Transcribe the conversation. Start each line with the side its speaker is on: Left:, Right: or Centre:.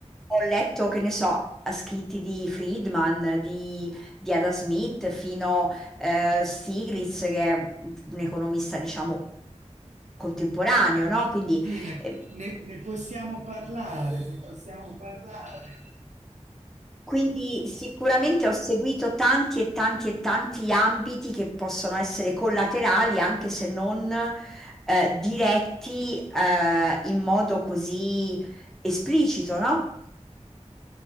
Centre: ho letto, che ne so, scritti di Friedman, di, di Ada Smith, fino eh, Stiglitz, che è un economista, diciamo, contemporaneo, no? Quindi
Right: Sì, ne,
Centre: Ehm,
Right: ne, ne possiamo parlare, ne possiamo parlare.
Centre: quindi sicuramente ho seguito tanti e tanti e tanti ambiti che possono essere collaterali, anche se non, ehm, diretti, ehm, in modo così esplicito, no?